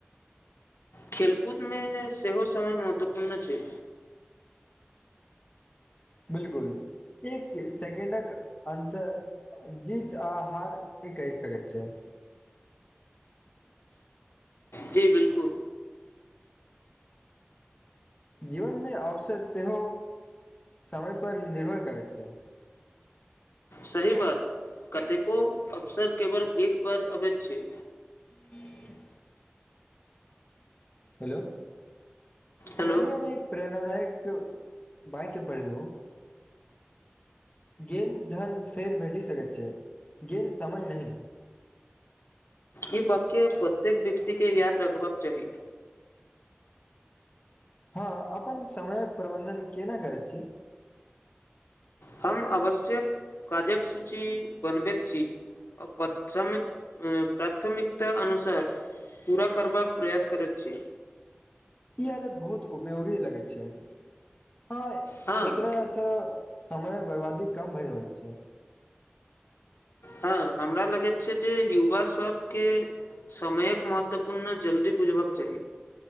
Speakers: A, on the left; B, on the left.
A: खेलकूद मे सेहो समय महत्वपूर्ण छैय।
B: बिलकुल, एक सेकंडक अतर जीत आ हार कहि सकैत छैय।
A: जी बिलकुल।
B: जीवनमे अवसर सेहो, समयपर निर्भर करैत छैय।
A: सही बात, कतेको अवसर केवल एकबार अबैत छैय।
B: हू <inaudible> हेलो।
A: हेलो
B: कलियमे एक प्रे! नाायक बाइक पड़ल ओ। गेल धन फेर बैटी सकैत छियै, गेल समय नहि!
A: ई वाक्य प्रत्येक व्यक्ति के याद रखबाक चाही।
B: हँ अपन समयक प्रबन्धन केना करै छी?
A: हम आवश्यक काजक सूची बनबैत छी, आ प्राथमिक- प्राथमिकता अनुसार पूरा करबाक प्रयास करैत छी।
B: पियाज बहुत उपयोगी लगै छैय। हँ
A: हँ
B: एकरा स! समय बर्बादी कम भरि होइत छैय।
A: हँ हमरा लगैत छै, जे युवा सभके समयक महत्वपूर्ण जल्दी बुझबाक चाही।